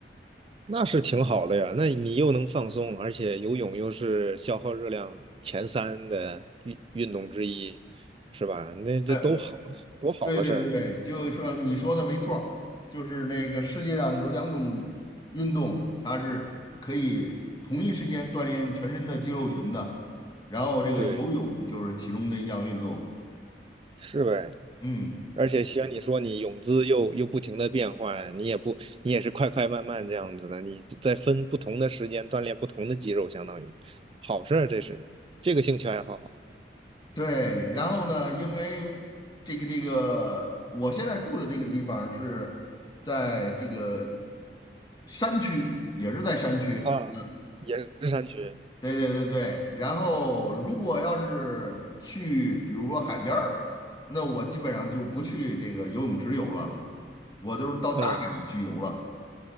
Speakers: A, on the right; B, on the left.
A: 那是挺好的呀。那你又能放松，而且游泳又是消耗热量前三的运运动之一，是吧？那这都好，
B: 呃，
A: 多好的事儿。
B: 对对对，就是说你说的没错儿就是那个世界上有两种运动，它是可以同一时间锻炼全身的肌肉群的，然后这个游泳就是其中的一项运动。
A: 对，是呗。
B: 嗯。
A: 而且像你说，你泳姿又又不停的变换，你也不，你也是快快慢慢这样子的，你在分不同的时间锻炼不同的肌肉，相当于好事儿，这是这个兴趣爱好
B: 对，然后呢，因为这个这个，我现在住的这个地方是在这个山区，也是在山区。
A: 啊，也是山区，
B: 对对对对，然后如果要是去，比如说海边儿，那我基本上就不去这个游泳池游了，我都是到大海里去游了。
A: 嗯，